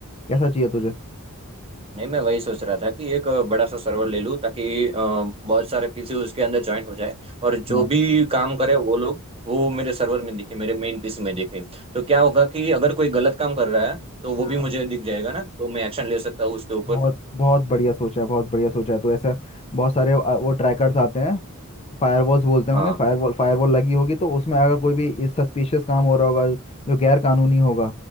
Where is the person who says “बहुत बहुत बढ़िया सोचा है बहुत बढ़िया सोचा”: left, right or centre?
Left